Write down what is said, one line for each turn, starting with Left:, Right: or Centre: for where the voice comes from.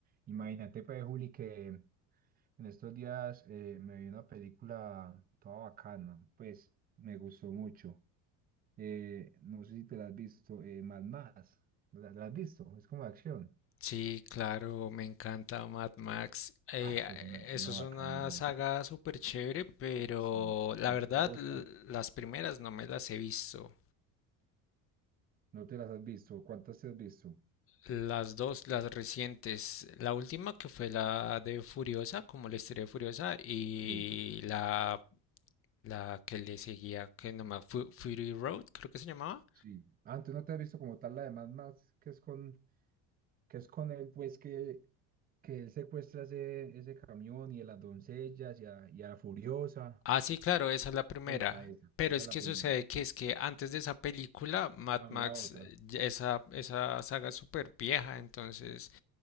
Right: Imagínate, pues, Juli, que en estos días eh, me vi una película toda bacana, pues me gustó mucho. Eh, no sé si te la has visto, eh, Mad Max. ¿La, la has visto? Es como de acción.
Left: Sí, claro, me encanta Mad Max. Eh,
Right: Ah, eso
Left: eh,
Right: es una,
Left: eso
Right: una
Left: es
Right: bacanería.
Left: una saga súper chévere, pero
Right: Sí,
Left: la
Right: curiosa.
Left: verdad, l- las primeras no me las he visto.
Right: ¿No te las has visto? ¿Cuántas te has visto?
Left: Las dos, las recientes. La última que fue la de Furiosa, como la historia de Furiosa, y
Right: Sí,
Left: la, la que le seguía, que no me... Fu- Fury Road, creo que se llamaba.
Right: sí. Antes no te has visto como tal la de Mad Max, que es con, que es con él, pues que, que él secuestra ese, ese camión y a las doncellas y a, y a la Furiosa.
Left: Ah, sí, claro, esa es la primera.
Right: Esa, esa,
Left: Pero
Right: esa
Left: es
Right: es la
Left: que
Right: primera.
Left: sucede que es que antes de esa película, Mad
Right: Había
Left: Max,
Right: otra,
Left: eh, ya esa, esa saga es súper vieja, entonces